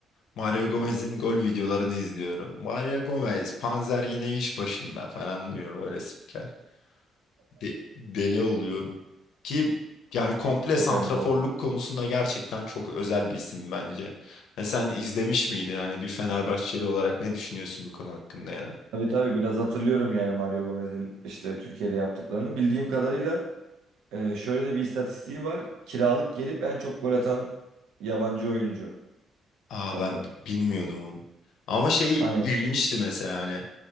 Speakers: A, on the left; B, on the right.
A: Mario Gomez'in gol videolarını izliyorum. Mario Gomez, Panzer yine iş başında falan diyor böyle spiker. De- deli oluyorum. Ki yani komple
B: öten
A: santraforluk
B: bu arada.
A: konusunda gerçekten çok özel bir isim bence. Ha, sen izlemiş miydin? Hani bir Fenerbahçeli olarak ne düşünüyorsun bu konu hakkında ya
B: Tabii tabii biraz hatırlıyorum yani Mario Gomez'in işte Türkiye'de yaptıklarını. Bildiğim kadarıyla e, şöyle de bir istatistiği var. Kiralık gelip en çok gol atan yabancı oyuncu
A: Aa
B: sanırım.
A: ben b- bilmiyordum onu. Ama şey
B: Aynen
A: ilginçti mesela hani